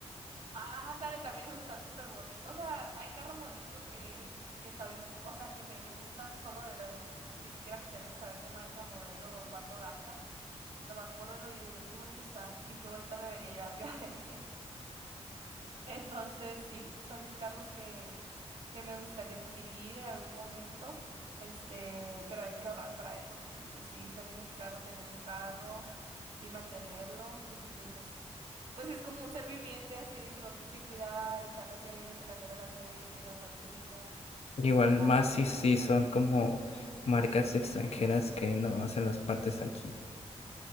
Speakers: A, on the right; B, on the left.
A: Ah, Ándale, también esos están súper bonitos. O sea, hay carro bonito que, que está bien, o sea, que me gusta solo de verlo, pues. Ni siquiera me interesa saber qué marca, modelo o cuánto gasta. Nomás por verlo y digo yo, qué bonito está y qué bonita me vería yo arriba de él. Entonces, sí, son mis carros que, que me gustaría adquirir en algún momento. Este, pero hay que ahorrar para eso porque pues sí sale muy caro tener un carro y mantenerlo porque pues es pues es como un ser viviente así de que lo tienes que cuidar, echarle aceite, cambiar el aceite, gasolina,
B: Igual
A: este, lavarlo.
B: más si, si son como marcas extranjeras que no hacen las partes aquí.